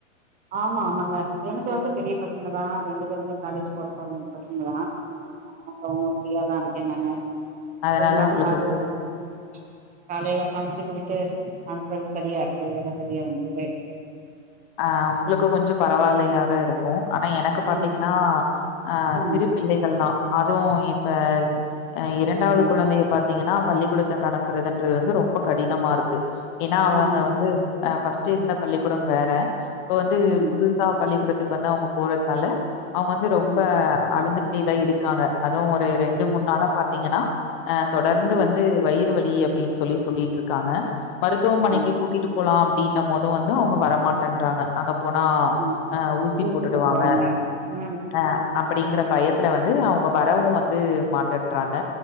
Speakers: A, on the right (about 20°); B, on the left (about 40°).
A: ஆமா ஆமாங்க எனக்கு வந்து பெரிய பசங்க தா ரெண்டு பேருமே காலேஜ் போற ப பசங்கதா ஆமாங்க ஒன்னு ஃப்ரீயா தா இருக்கே நானு
B: அதனால
A: இருந்தாலு
B: உங்களுக்கு
A: காலேல
B: இப்ப
A: சமச் காலேல சமச்சி குடுத்து அனுப்புறது சரியா இருக்கு வேல சரியா வந்துருது
B: ஆ உங்களுக்கு கொஞ்சோ பரவாயில்லையாக இருக்கு ஆனா எனக்கு பாத்தீங்கன்னா
A: ம்
B: ஆ
A: ம்
B: சிறு பிள்ளைகள் தா அதுவு இப்ப ஆ இரண்டாவது
A: ம்
B: குழந்தைய பாத்தீங்கன்னா பள்ளிகூடத்துக்கு அனுப்புறதுன்றது வந்து ரொம்ப கடினமா இருக்கு ஏன்னா அவங்க
A: ம்
B: வந்து ஆ ஃபர்ஸ்ட் இருந்த பள்ளிக்கூடம் வேற இப்ப வந்து
A: ம்
B: புதுசா பள்ளிக்கூடத் இதுக்கு வந்து அவுங்க போறதுனால அவுங்க வந்து ரொம்ப
A: ம்
B: அழுந்துகிட்டேதா இருக்காங்க அதுவு ஒரு ரெண்டு
A: ம்
B: மூண் நாள பாத்தீங்கன்னா ஆ தொடர்ந்து
A: ம்
B: வந்து வயிறு வலி வலி அப்டின் சொல்லி சொல்லிட்ருக்காங்க மருத்துவமனைக்கி
A: ம்
B: கூட்டிட்டு போலா அப்டின்னம் போது வந்து அவுங்க வரமாட் டேன்றாங்க அங்க போனா
A: ம்
B: ஆ ஊசி
A: தூசி
B: போட்டு
A: போட்ருவாங்க
B: டுவாங்க
A: ம்
B: ஆ அப்டிங்கிற பயத்துல வந்து அவுங்க வரவு வந்து மாட்டேன்றாங்க